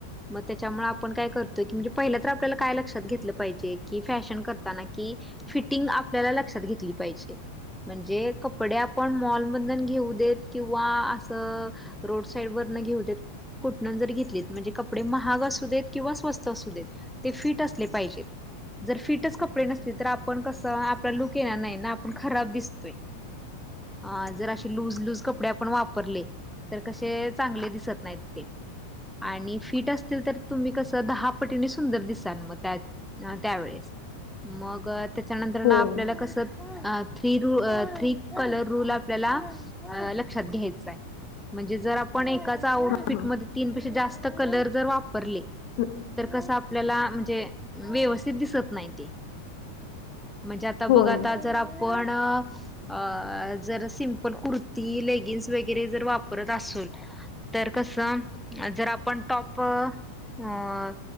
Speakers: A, in the centre; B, on the left.
A: मग त्याच्यामुळे आपण काय करतोय की, म्हणजे पहिलं तर आपल्याला काय लक्षात घेतलं पाहिजे? कि फॅशन करताना कि, फिटिंग आपल्याला लक्षात घेतली पाहिजे. म्हणजे कपडे आपण मॉलमधन घेऊ देत किंवा असं रोड साईड वरन घेऊ देत कुठण जरि घेतलीत, म्हणजे कपडे महाग असू देत किंवा स्वस्त असू देत ते फिट असले पाहिजेत. जर फिटच कपडे नसतील, तर आपण कसं आपला लुक येणार नाही ना आपण खराब दिसतोय. अ जर असे लूज लूज कपडे आपण वापरले तर कसे चांगले दिसत नाहीत ते आणि फिट असतील, तर तुम्ही कसं दहा पटीने सुंदर दिसाल मग त्यात त्यावेळेस मग त्याच्यानंतर
B: होय
A: ना आपल्याला कसं अ थ्री रू थ्री कलर रूल आपल्याला लक्षात घ्यायचाय. म्हणजे जर आपण एकाच आउटफिटमध्ये
B: हा हा
A: तीन पेक्षा जास्त कलर जर‌ वापर ले
B: हो-
A: तर कस आपल्या म्हणजे व्यवस्थित दिसत नाही ते म्हणजे आता बघ,
B: होय.
A: आता जर आपण अ जर सिंपल कुर्ती, लेगिन्स वगैरे जर वापरत असू तर कस जर आपण टॉप अ